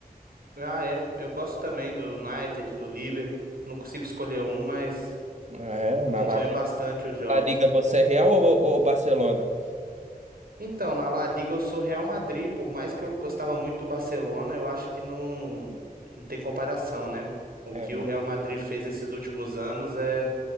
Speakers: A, on the right (about 70°); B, on the right (about 45°).
A: Ah, é. Eu gosto também do United, do Liverpool. Não consigo escolher um, mas
B: É,
A: acompanho
B: na La Liga,
A: bastante os jogos.
B: La Liga você é Real ou, ou Barcelona?
A: Então, na La Liga eu sou Real Madrid. Por mais que eu gostava muito do Barcelona, eu acho que não, não tem comparação, né? O
B: É
A: que
B: muito.
A: o Real Madrid fez esses últimos anos é,